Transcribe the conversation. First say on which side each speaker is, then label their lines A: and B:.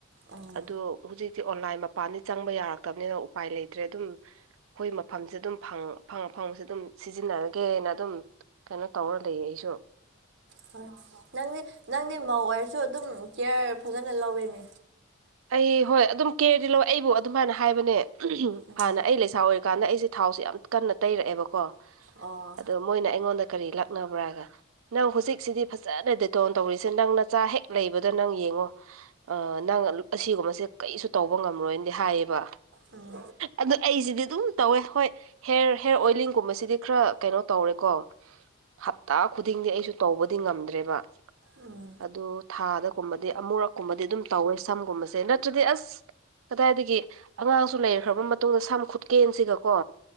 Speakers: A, on the right; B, on the right.
A: ꯑꯥ
B: ꯑꯗꯨ ꯍꯧꯖꯤꯛꯇꯤ ꯑꯣꯟꯂꯥꯏꯟ ꯃꯄꯥꯟꯗꯤ ꯆꯪꯕ ꯌꯥꯔꯛꯇꯕꯅꯤꯅ ꯎꯄꯥꯏ ꯂꯩꯇ꯭ꯔꯦ ꯑꯗꯨꯝ ꯑꯩꯈꯣꯏ ꯃꯐꯝꯁꯦ ꯑꯗꯨꯝ ꯐꯪ ꯐꯪꯁꯦ ꯑꯗꯨꯝ ꯁꯤꯖꯤꯟꯅꯔꯒꯦꯅ ꯑꯗꯨꯝ ꯀꯩꯅꯣ ꯇꯧꯔ ꯂꯩꯌꯦ ꯑꯩꯁꯨ
A: ꯍꯣꯏ ꯅꯪꯗꯤ ꯅꯪꯗꯤ ꯃꯧ ꯑꯣꯏꯔꯁꯨ ꯑꯗꯨꯝ ꯀꯦꯌꯔ ꯐꯖꯅ ꯂꯧꯋꯤꯅꯦ
B: ꯑꯩ ꯍꯣꯏ ꯑꯗꯨꯝ ꯀꯦꯌꯔꯗꯤ ꯂꯧꯋꯦ ꯑꯩꯕꯨ ꯑꯗꯨꯝꯃꯥꯏꯅ ꯍꯥꯏꯕꯅꯦ
A: ꯎꯝ
B: ꯍꯥꯟꯅ ꯑꯩ ꯂꯩꯁꯥ ꯑꯣꯏꯔꯤꯀꯥꯟꯗ ꯑꯩꯁꯦ ꯊꯥꯎꯁꯦ ꯌꯥꯝ ꯀꯟꯅ ꯇꯩꯔꯛꯑꯦꯕꯀꯣ
A: ꯑꯣ
B: ꯑꯗꯣ ꯃꯣꯏꯅ ꯑꯩꯉꯣꯟꯗ ꯀꯔꯤ ꯂꯥꯛꯅꯕ꯭ꯔꯥꯒ ꯅꯪ ꯍꯧꯖꯤꯛꯁꯤꯗꯤ ꯐꯖꯅ ꯗꯦꯇꯣꯟ ꯇꯧꯔꯤꯁꯦ ꯅꯪ ꯅꯆꯥ ꯍꯦꯛ ꯂꯩꯕꯗꯣ ꯅꯪ ꯌꯦꯡꯉꯣ ꯑ ꯅꯪ ꯑꯁꯤꯒꯨꯝꯕꯁꯦ ꯀꯩꯁꯨ ꯇꯧꯕ ꯉꯝꯔꯣꯏꯅꯗꯤ ꯍꯥꯏꯌꯦꯕ
A: ꯎꯝ
B: ꯑꯗꯨ ꯑꯩꯁꯤꯗꯤ ꯑꯗꯨꯝ ꯇꯧꯋꯦ ꯍꯣꯏ ꯍꯦꯌꯔ ꯍꯦꯌꯔ ꯑꯣꯏꯂꯤꯡꯒꯨꯝꯕꯁꯤꯗꯤ ꯈꯔ ꯀꯩꯅꯣ ꯇꯧꯔꯦꯀꯣ ꯍꯞꯇꯥ ꯈꯨꯗꯤꯡꯗꯤ ꯑꯩꯁꯨ ꯇꯧꯕꯗꯤ ꯉꯝꯗ꯭ꯔꯦꯕ
A: ꯎꯝ
B: ꯑꯗꯨ ꯊꯥꯗꯒꯨꯝꯕꯗꯤ ꯑꯃꯨꯔꯛꯀꯨꯝꯕꯗꯤ ꯑꯗꯨꯝ ꯇꯧꯋꯦ ꯁꯝꯒꯨꯝꯕꯁꯦ ꯅꯠꯇ꯭ꯔꯗꯤ ꯑꯁ ꯀꯗꯥꯏꯗꯒꯤ ꯑꯉꯥꯡꯁꯨ ꯂꯩꯈ꯭ꯔꯕ ꯃꯇꯨꯡꯗ ꯁꯝ ꯈꯨꯠꯀꯦꯟꯁꯤꯒ ꯀꯣ